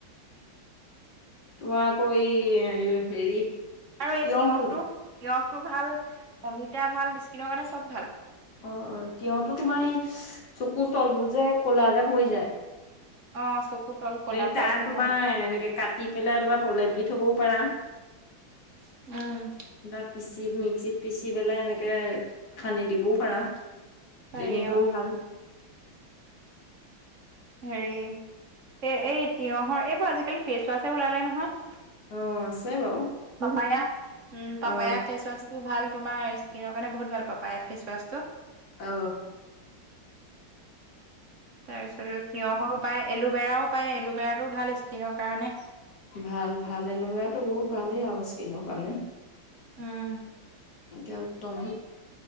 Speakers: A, on the left; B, on the right.
A: তোমাৰ আকৌ এই হেৰি
B: আৰু এই
A: তিয়হটো
B: তিঁয়হটো, তিঁয়হটো ভাল, অমিতা ভাল স্কিনৰ কাৰণে চব ভাল।
A: অ অ তেওঁতো তোমাৰ এই চকুৰ তলবোৰ যে কলা যে পৰি যায়।
B: অ চকু- তল কলা
A: এ
B: পৰাটোত
A: তান তোমাৰ
B: ভাল
A: এনেকে কাটি পেলাই তোমাৰ পলেপ দি থবও পাৰা।
B: উম
A: বা পিছ- পি মিক্সিত পিচি পেলাই এনেকে খানি দিবও পাৰা
B: পাৰি
A: ট্ৰেইনিংও
B: অ
A: ভাল-
B: হেৰি এই এই তিঁয়হৰ এইবোৰ আজিকালি ফেচ ৱাশছেে ওলালে নহয়
A: অ আছে বাৰু
B: পাপায়া উম পাপায়া
A: অ
B: ফেচ ৱাচ টো ভাল। তোমাৰ স্কিনৰ কাৰণে বহুত ভাল পাপায়া ফেছৱাছটো
A: অ
B: তাৰপিছত তিঁয়হৰো পায় এলোভেৰাও পায় এলোভেৰাটোও ভাল স্কিনৰ কাৰণে।
A: ভাল ভাল এলভেৰাতটো বহুত ভালেই আৰু স্কিনৰ কাৰণে।
B: উম
A: এতিয়া উত্তম